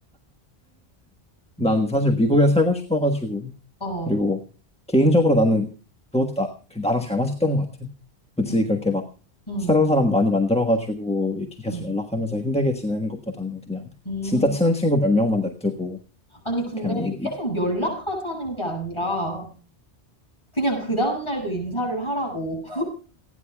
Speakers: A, in the centre; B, on the left.
A: 난 사실 미국에 살고 싶어가지고
B: 어,
A: 그리고 개인적으로 나는 그것도 나, 그 나랑 잘 맞았던 것 같아. 굳이
B: 응,
A: 그렇게 막
B: 응,
A: 새로운 사람 많이 만들어가지고 이렇게 계속
B: 음.
A: 연락하면서 힘들게 지내는 것보다는 그냥
B: 음.
A: 진짜 친한 친구 몇 명만 냅두고
B: 아니, 근데
A: 그냥 이,
B: 계속
A: 이-
B: 연락하자는 게 아니라, 그냥 그 다음날도 인사를 하라고.